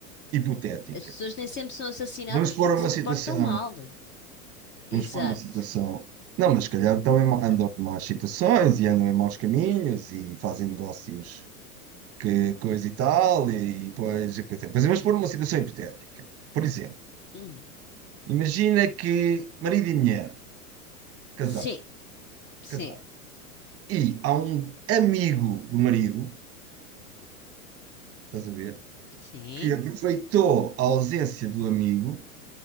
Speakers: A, on the right (about 30°); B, on the left (about 25°).
A: hipotética.
B: As pessoas nem sempre são assassinadas
A: Vamos pôr
B: porque
A: uma
B: se
A: situação
B: portam mal.
A: vamos
B: Exato.
A: pôr uma situação. Não, mas se calhar estão em, andam
B: Ah,
A: em más situações e andam em maus caminhos e fazem negócios que coisa e tal, e depois. e coisa. Mas vamos pôr uma situação hipotética. Por exemplo,
B: Hum,
A: imagina que marido e mulher, casado,
B: Sim, sim.
A: casado, e há um amigo do marido, estás a ver,
B: Sim.
A: que aproveitou a ausência do amigo,